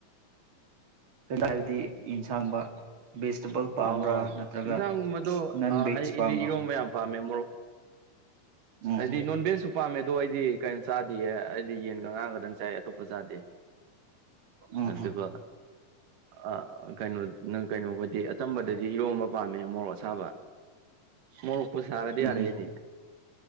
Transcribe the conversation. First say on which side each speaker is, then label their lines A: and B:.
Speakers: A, on the right (about 40°); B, on the right (about 80°).
A: ꯀꯩꯅꯣ ꯍꯥꯏꯕꯗꯤ ꯌꯦꯟꯁꯥꯡꯕ ꯚꯦꯖꯤꯇꯦꯕꯜ ꯄꯥꯝꯕ꯭ꯔꯥ
B: ꯑꯣ
A: ꯅꯠꯇ꯭ꯔꯒ
B: ꯑꯦꯟꯁꯥꯡꯒꯨꯝꯕꯗꯣ
A: ꯅꯟ
B: ꯑꯩꯗꯤ
A: ꯚꯦꯖ ꯄꯥꯝꯕ꯭ꯔꯣ
B: ꯏꯔꯣꯝꯕ ꯌꯥꯝ ꯄꯥꯝꯃꯦ ꯃꯣꯔꯣꯛ
A: ꯎꯝ
B: ꯍꯥꯏꯗꯤ
A: ꯍꯝ
B: ꯅꯣꯟꯚꯦꯖꯁꯨ ꯄꯥꯝꯃꯦ ꯑꯗꯣ ꯑꯩꯗꯤ ꯀꯩꯅꯣ ꯆꯥꯗꯌꯦ ꯍꯥꯏꯗꯤ ꯌꯦꯟꯒ ꯉꯥꯡꯒꯗꯪ ꯆꯥꯏ ꯑꯇꯣꯞꯄ ꯆꯥꯗꯦ
A: ꯎꯝ
B: ꯑꯗꯨꯒ
A: ꯍꯝ
B: ꯑ ꯀꯩꯅꯣ ꯅꯪ ꯀꯩꯅꯣꯗꯤ ꯇꯝꯕꯗꯗꯤ ꯌꯣꯕ ꯄꯥꯝꯃꯦ ꯃꯣꯔꯣꯛ ꯑꯁꯥꯕ ꯃꯣꯔꯣꯛ ꯄꯨ ꯁꯥꯔꯗꯤ
A: ꯎꯝ
B: ꯌꯥꯔꯦ
A: ꯍꯝ
B: ꯑꯩꯗꯤ